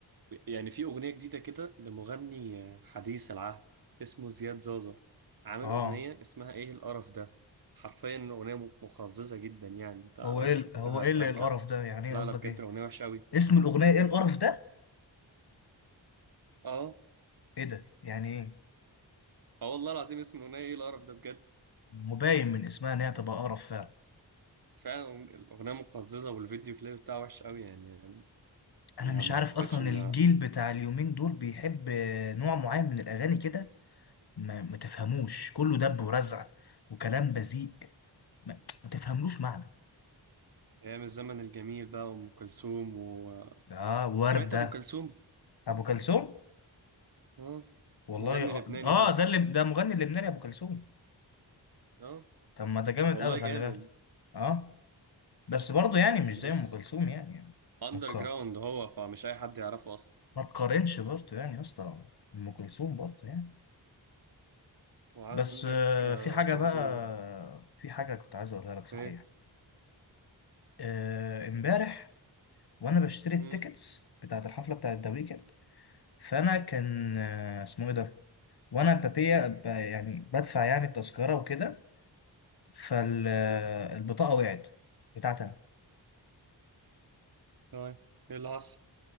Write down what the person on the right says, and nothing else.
يعني في اغنية جديدة كده لمغني حديث العهد اسمه زياد زازا عامل
اغنية اسمها ايه القرف ده حرفيا اغنية مقززة جدا يعني انت لو
شفتها
هترجع
لا
لا بجد
اغنية وحشة قوي
اه
اه والله العظيم اسم الاغنيه ايه القرف ده بجد
فعلا الاغنيه مقززه والفيديو كليب بتاعه وحش قوي يعني, يعني ما,
ما
اعتقدش
ان
ايام الزمن الجميل بقى وام كلثوم و...
سمعت ابو كلثوم
اه
مغني
لبناني
هو
اه
والله
جامد
بس
اندر
جراوند هو فمش اي حد يعرفه اصلا
وعندك
آه
برضو
ايه
مم.
طيب ايه اللي حصل